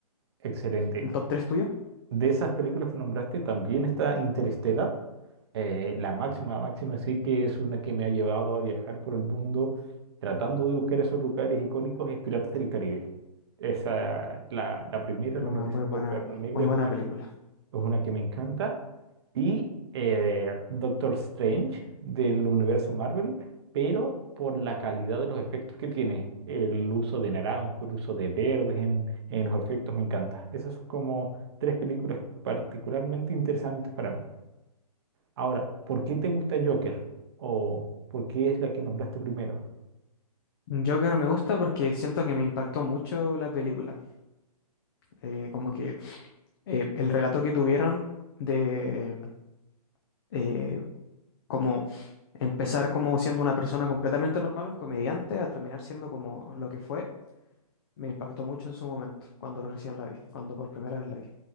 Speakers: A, on the right; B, on the left.
A: excelente.
B: Un top 3 tuyo.
A: De esas películas que nombraste también está Interstellar, eh, la máxima, máxima, sí que es una que me ha llevado a viajar por el mundo tratando de buscar esos lugares icónicos, es Piratas del Caribe. Esa, la, la primera,
B: Es
A: La
B: una
A: Maldición
B: muy buena,
A: del Perro Negro,
B: muy
A: es
B: buena
A: una,
B: película.
A: es una que me encanta. y eh, Doctor Strange del universo Marvel, pero por la calidad de los efectos que tiene. El uso de naranjo, el uso de verdes en, en los efectos me encanta. Esas son como tres películas particularmente interesantes para mí. Ahora, ¿por qué te gusta Joker? ¿O por qué es la que nombraste primero?
B: Joker me gusta porque siento que me impactó mucho la película. Eh, como que eh, el relato que tuvieron de eh, como empezar como siendo una persona completamente normal, un comediante, a terminar siendo como lo que fue, me impactó mucho en su momento, cuando recién la vi, cuando por primera vez la vi.